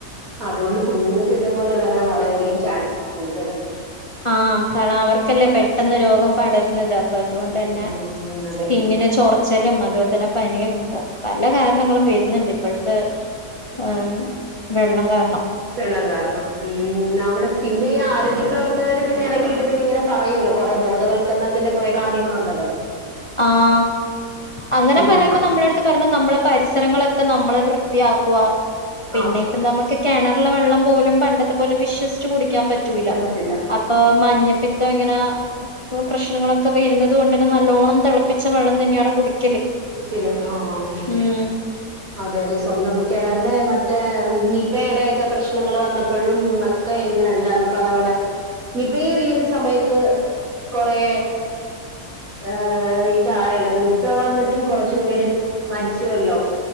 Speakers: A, on the right (about 75°); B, on the left (about 25°).
A: അതുകൊണ്ട് കുഞ്ഞുങ്ങൾക്ക് ഇതേപോലെ വരാൻ വളരെയധികം ചാൻസ് കൂടുതലാണ്
B: ആഹ് കാരണം അവർക്കല്ലേ പെട്ടെന്ന് രോഗം പടരുന്നത്. പ്പ അതുകൊണ്ട് തന്നെ
A: ഉം, അതെ
B: സ്കിന്നിന് ചോർ ചെലേ അതുപോലെ തന്നെ പനിയും പല കാരണങ്ങളും വരുന്നുണ്ട്. ഇപ്പോഴത്തെ ആഹ് വെള്ളം കാരണം.
A: വെള്ളം കാരണം ഉം അവടെ പിന്നേ ആരോഗ്യ പ്രവർത്തകര് പിന്നെ ഇറങ്ങീട്ട് പിന്നെങ്ങനെ പറയോല്ലോ കൊറെ ബോധവത്ക്കരണത്തിന്റെ കൊറെ കാര്യങ്ങളുണ്ടല്ലോ.
B: ആഹ് അങ്ങനെ
A: ഉം.
B: പറയുമ്പോ നമ്മുളെട്ത്ത് പറഞ്ഞ നമ്മളെ പരിസരങ്ങളൊക്കെ നമ്മള് വൃത്തിയാക്കുക. പിന്നെ
A: ആ
B: ഇപ്പ നമുക്ക് കിണറ് ലെ വെള്ളം പോലും പണ്ടത്തെ പോലെ വിശ്വസിച്ച് കുടിക്കാൻ പറ്റൂല
A: വിക്കാൻ പറ്റില്ല
B: പ്പൊ മഞ്ഞപ്പിത്തം ഇങ്ങനെ പ്രശ്നങ്ങളൊക്കെ വരുന്നത് കൊണ്ട് തന്നെ നല്ലോണം. തെളപ്പിച്ച വെള്ളം തന്നെയാണ് കുടിക്കല്.
A: <unintelligible> ക്കല് ആഹ്.
B: ഉം
A: അതെ അതെ സ്വന്തം കേിണറിന്റെ മറ്റേ നിപയുടെയൊക്കെ പ്രശ്നങ്ങള് വന്നപ്പോഴും മ ക്കെ ഇങ്ങനെല്ലാരന്നോ പല പല ഇപ്പെ ഈ ഒരു സമയത്ത് കൊറേ ആയ് ഇതായാല്ലോ നിപ്പ വന്നിട്ടും കൊറച്ചു പേര് മരിച്ചുവല്ലോ.